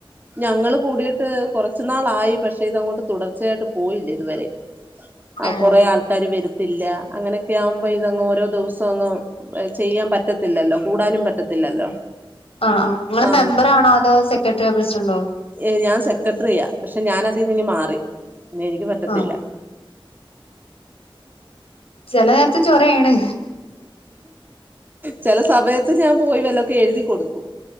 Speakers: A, on the right; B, on the left.
A: ഞങ്ങള് കൂടീട്ട് കൊറച്ച് നാളായി പക്ഷേ ഇതങ്ങോട്ട് തുടർച്ചയായിട്ട് പോയില്ല ഇത് വരെ ആഹ്
B: ഏഹ്
A: കൊറേ ആൾക്കാര് വരത്തില്ല അങ്ങനൊക്കെയാകുമ്പൊ ഇതങ്ങ് ഓരോ ദിവസവും അങ്ങ് ചെയ്യാൻ പറ്റത്തില്ലല്ലോ കൂടാനും പറ്റത്തില്ലല്ലോ
B: ആഹ് ആഹ് ഇങ്ങള്
A: ആ
B: മെമ്പറാണോ അതോ സെക്രട്ടറിയോ പ്രസിഡന്റോ
A: ഏ ഞാൻ സെക്രട്ട്രറിയാ പക്ഷെ ഞാന് അതീന്ന് ഇങ്ങ് മാറി പിന്നെ എനിക്ക് പ പറ്റത്തില്ല
B: ആഹ് ചെല നേരത്ത് ചൊറയാണ്
A: ചെല സമയത്ത് ഞാൻ പോയി വല്ലൊക്കെ എഴുതി കൊടുക്കും